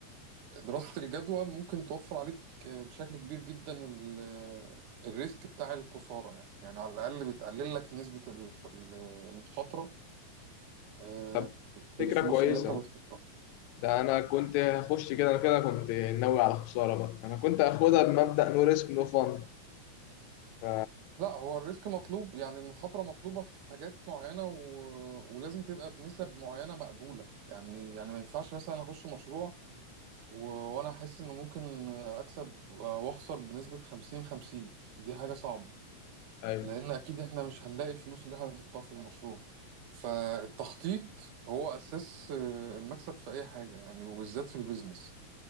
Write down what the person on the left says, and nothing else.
طب فكرة
كويسة
ده انا كنت هخش كده انا كده كنت ناوي على خساره بقى انا كنت هاخدها بمبدأ نو ريسك نو فان ف...
ايوه